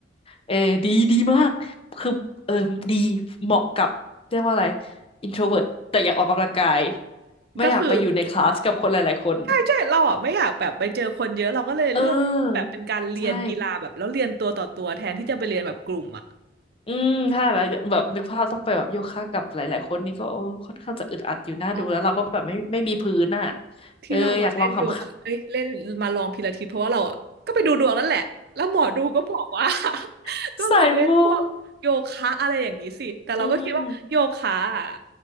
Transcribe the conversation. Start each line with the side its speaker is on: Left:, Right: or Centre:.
Left: เออดีดีมากคือเออดีเหมาะกับเรียกว่าอะไร introvert แต่อยากออกกำลังกายไม่อยากไปอยู่ในคลาสกับคนหลายๆคน
Right: ก็คือใช่ใช่เราอ่ะไม่อยากแบบไปเจอคนเยอะเราก็เลยเลือกแบบเป็นการเรียนกีฬาแบบแล้วเรียนตัวต่อตัวแทนที่จะไปเรียนแบบกลุ่มอ่ะ
Left: เออใช่ อืม ถ้าแล้วแบบนึกภาพต้องไปแบบโยคะกับหลายๆคนนี่ก็โอ้ค่อนข้างจะอึดอัดอยู่หน้าดูแล้วเราก็แบบไม่ไม่มีพื้นอ่ะ
Right: อ๋อเรา ที่เรามาเล่นโยคะเอ้ยเล่นมาลองพิลาทิสเพราะว่าเราอ่ะก็ไปดูดวงนั่นแหละแล้วหมอดูก็บอกว่า
Left: เอออยากลองขำ
Right: <laughs>
Left: ๆ <laughs>
Right: ก็ลองเล่นพวกโยคะอะไรอย่างนี้สิแต่เราก็คิดว่าโยคะอะ
Left: ใส่มูอืม